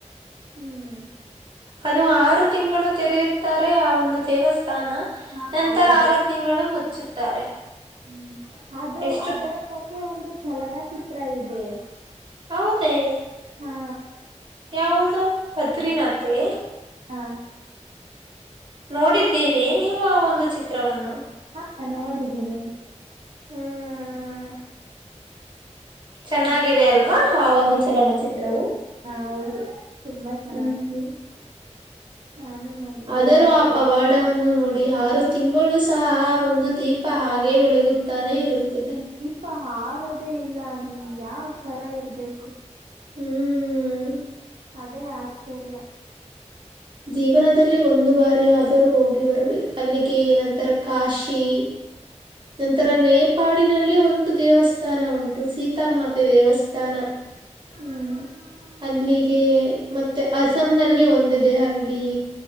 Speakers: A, on the right; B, on the right.
A: ಹ್ಮ್
B: ಅದು ಆರು ತಿಂಗಳು ತೆರೆಯುತ್ತಾರೆ ಆ ಒಂದು ದೇವಸ್ಥಾನ.
A: ಹಾ
B: ನಂತರ
A: ಹೌದು
B: ಆರು ತಿಂಗಳು ಮುಚ್ಚುತ್ತಾರೆ.
A: ಹ್ಮ್ ಅದು
B: ಎಷ್ಟು
A: ಅದರ ಬಗ್ಗೆ ಒಂದು ಚಲನಚಿತ್ರ ಇದೆ.
B: ಹೌದೆ
A: ಹಾ
B: ಯಾವು ಭದ್ರಿನಂತೆ
A: ಹಾ
B: ನೋಡಿದ್ದೀರೆ ನೀವು ಆ ಒಂದು ಚಿತ್ರವನ್ನು
A: ಹ ನೋಡಿದ್ದೀನಿ
B: ಹ್ಮ್ ಚೆನ್ನಾಗಿದೆ
A: ಹ
B: ಅಲ್ವಾ ಆ ಒಂದು ಚಲನಚಿತ್ರವು
A: ಹೌದು ತುಂಬಾ ಚೆನ್ನಗಿದೆ
B: ಹ್ಮ್
A: ನಾನು ನೋಡಿದಿನಿ
B: ಆದರೂ ಆ ಪವಾಡವನ್ನು ನೋಡಿ ಆರು ತಿಂಗಳು ಸಹ ಆ ಒಂದು ದೀಪ ಹಾಗೆ ಬೆಳಗುತ್ತ ತಾನೇ ಇರುತ್ತದೆ
A: ದೀಪಾಹಾರದೆೇ ಅಲ್ಲಿ ಯಾವ್ ತರಇರ್ಬೇಕು
B: ಹ್ಮ್
A: ಅದೇ ಆಚಾರ್ಯ
B: ಜೀವನದಲ್ಲಿ ಒಂದು ಬಾರಿ ಆದರು ಹೋಗಿ ಬರಬೇಕು ಅಲ್ಲಿಗೆ ನಂತರ ಕಾಶಿ ನಂತರ ನೇಪಾಳಿನಲ್ಲಿ ಒಂದು ದೇವಸ್ಥಾನ ಉಂಟು ಸೀತಾಮಾತೆ ದೇವಸ್ಥಾನ
A: ಹ್ಮ್
B: ಅಲ್ಲಿಗೆ ಮತ್ತೆ ಅಸಾಂ ನಲ್ಲಿ ಒಂದಿದೆ ಅಲ್ಲಿ